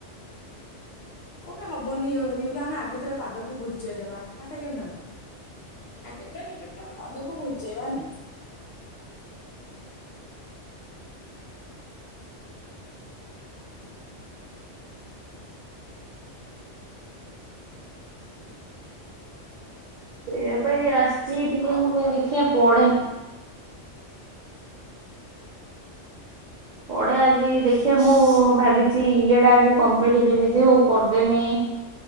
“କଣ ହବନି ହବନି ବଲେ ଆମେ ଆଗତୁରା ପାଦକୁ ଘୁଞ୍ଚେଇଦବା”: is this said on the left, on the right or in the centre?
Left